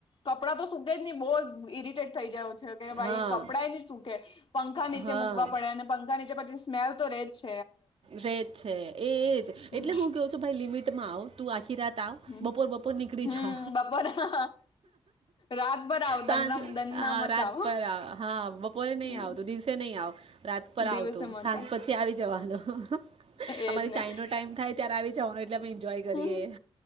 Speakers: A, on the left; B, on the right.
A: કપડાં તો સુકે જ નહી બહુ ઈરિટેટ થઈ જાવ કે ભાઈ
B: હા
A: કપડા ઈ નઈ સુૂકે પંખા નીચે
B: હા
A: મૂકવા પડે અને પંખા નીચે પછી સ્મલ તો રે જ
B: રેજ છે એજ
A: હમ
B: એટલે હું કેવું છું ભાઈ લિમિટ. માં આવ તું આખી રાત.
A: હમ
B: બપોર બપોર નીકળી
A: હમ
B: જા
A: બપોરા રાતભર આવ
B: સાંજ
A: દનરામ દનના
B: હ
A: મત
B: રાત
A: આવો
B: પર હા બપોરે નહી
A: હમ
B: આવતું દિવસે નહી આવ રાત પર
A: દિવસે
B: આવતું
A: મત
B: સાંજ
A: આવ
B: પછી આવી જવાનું. <unintelligible>
A: એજ
B: અમારે
A: ને
B: ચાઈ નો ટાઈમ થાય ત્યાં આવી જાઓ એટલે અમે જોય કરીએ.
A: હમ